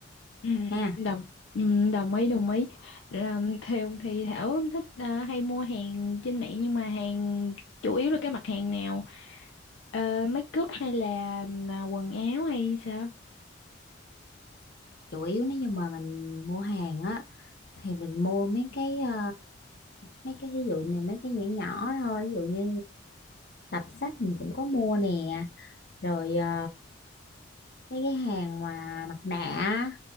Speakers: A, on the left; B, on the left.
A: Ừ,
B: ha
A: đồng ừ, đồng ý đồng ý là thường thì Thảo thích à, hay mua hàng trên mạng nhưng mà hàng chủ yếu là cái mặt hàng nào Ờ, make up hay là mà quần áo hay sao
B: chủ yếu nếu như mà mình mua hàng á thì mình mua mấy cái ờ, mấy cái ví dụ mà mấy cái nhỏ nhỏ thôi ví dụ như tập sách mình cũng có mua nè rồi ờ, mấy cái hàng mà mặt nạ á,